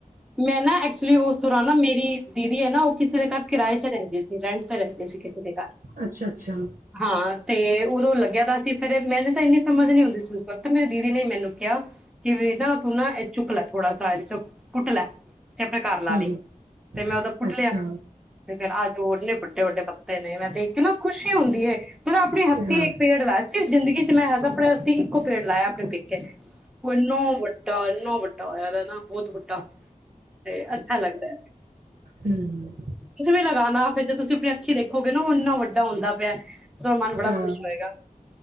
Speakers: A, in the centre; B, on the right (about 80°).
A: ਮੈਂ ਨਾ ਐਕਚੁਲੀ ਉਸ ਦੌਰਾਨ ਨਾ ਮੇਰੀ ਦੀਦੀ ਹੈ ਨਾ ਕਿਸੇ ਦੇ ਘਰ ਕਿਰਾਏ ਚ ਰੇਂਦੀ ਸੀ ਰੈਂਟ ਤੇ ਰੈਂਦੀ ਸੀ ਕਿਸੇ ਦੇ ਘਰ
B: ਅੱਛਾ-ਅੱਛਾ,
A: ਹਾਂ ਤੇ ਉਦੋਂ ਲੱਗੇ ਦਾ ਸੀ ਫੇਰ ਮੈਨੂੰ ਤਾਂ ਇੰਨੀ ਸਮਝ ਨੀ ਹੁੰਦੀ ਸੀ ੳਸ ਵਕਤ ਮੇਰ ਦੀਦੀ ਨੇ ਮੈਨੂੰ ਕੇਆ ਕਿ ਵੀ ਨਾ ਤੂੰ ਨਾ ਏ ਚੁੱਕ ਲੈ ਥੋੜਾ ਸਾ ਇਹ ਚੁੱਕ ਪੁੱਟ ਲੈ, ਤੇ ਆਪਣੇ ਘਰ ਲਾ
B: ਹੂੰ,
A: ਲਈਂ ਤੇ ਮੈਂ ਔਦਾ ਪੁੱਟ
B: ਅੱਛਾ,
A: ਲਿਆ, ਤੇ ਫੇਰ ਅੱਜ ਔਨੇ ਪ ਵਡੇ-ਵਡੇ ਪਤ ਦੇ ਨੇ ਮੈਂ ਤੇ ਕੀਨਾ ਖੁਸ਼ੀ ਹੁੰਦੀ ਏ, ਮੈਂ ਆਪਨੇ ਹੱਥੀਂ
B: ਹਾਂ।
A: ਇੱਕ ਪੇੜ ਲਾਇਆ ਸਿਰਫ਼ ਜ਼ਿੰਦਗੀ ਚ ਮੈਂ ਆਪਨੇ ਹੱਥੀਂ ਇੱਕੋ ਪੇੜ ਲਾਇਆ ਆਪੇਨ ਪੇਕੇ ਉਹ ਇੰਨੋ ਵੱਡਾ ਇਨਾ ਵੱਡ ਹੋਇਆ ਦਾ ਐ ਨਾ ਬੌਤ ਵਡਾੱ ਤੇ ਅੱਛਾ ਲੱਗਦੈ,
B: ਹੂੰ,
A: ਤੁਸੀ ਵੀ ਲਗਾਨਾ ਫੇਰ ਜੇ ਤੁਸੀਂ ਆਪਨੀ ਅੱਖੀਂ ਦੇਖੋਗੇ ਨਾ ਔ ਏਨਾਂ ਵੱਡ ਹੁੰਦਾ ਸੋ ਮਾਨ ਬੜਾ
B: ਹਾਂ। ਹਾਂ
A: ਖੁਸ਼ ਹੋਏਗਾ